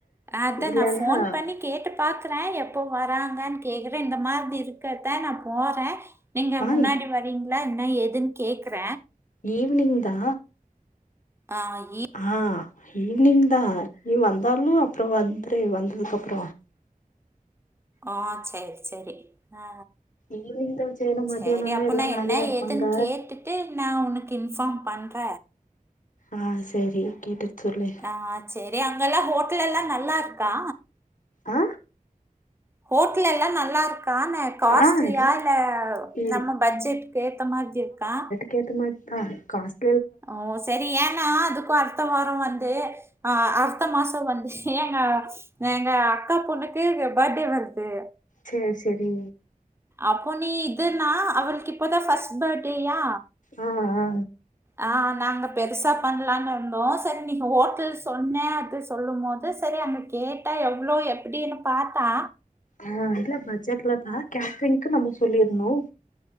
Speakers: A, on the right; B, on the left.
A: அதா
B: இல்லன்னா
A: நா ஃபோன் பண்ணி கேட்டு பாக்குற எப்போ வராங்கன் கேக்குற இந்த மாதிரி இருக்கத்த நா போறே நீங்க
B: ஆ
A: முன்னாடி வரீங்ளா என்னா ஏதுன் கேக்குற
B: ஈவ்னிங் தா
A: ஆ ஈ-
B: ஆ ஈவ்னிங் தா நீ வந்தாலு அப்ற வந்ரு வந்ததுக்கு அப்ற
A: ஆ செரி செரி ஆ
B: ஈவினிங் தா செய்யணு மத்தியானோனா
A: செரி அப்ப
B: எல்லா
A: நா
B: வேலையா
A: என்ன
B: இருப்பாங்க
A: ஏதுன் கேட்டு ட்டு நா உனக்கு இன்ஃபார்ம் பண்ற
B: ஆ செரி கேட்டுட் சொல்லு
A: ஆ செரி அங்கல்லா ஹோட்டல்லல்லா நல்லாருக்கா
B: ஆ
A: ஹோட்டல்லல்லா நல்லாருக்கான காஸ்ட்லியா
B: ஆ எல்லா
A: இல்ல
B: இ
A: நம்ம பட்ஜெட்டுக் ஏத்த மாதிரி இருக்கா
B: கேத்த மாரி தா காஸ்த்
A: ஓ செரி ஏன் னா அதுக்கு அடுத்த வாரம் வந்து அ அடுத்த மாச வந்து ஹேங்கா எங்க அக்கா பொண்ணுக்கு பர்த்டே வருது
B: செர் செரி
A: அப்போ நீ இதுன்னா அவளுக்கு இப்பதா ஃபர்ஸ்ட் பர்ட்டேயா
B: ஆ ஆ
A: ஆ நாங்க பெருசா பண்ணலான் இருந்தோ செரி நீ இப்போ ஹோட்டல் சொன்ன அது சொல்லும்போது செரி அந்த கேட்டா எவ்ளோ எப்டின் பாத்தா
B: ஆஅதுக்லா பட்ஜெட்லப்பா கேட்ரிங்க்கு நம்ம சொல்லிர்னு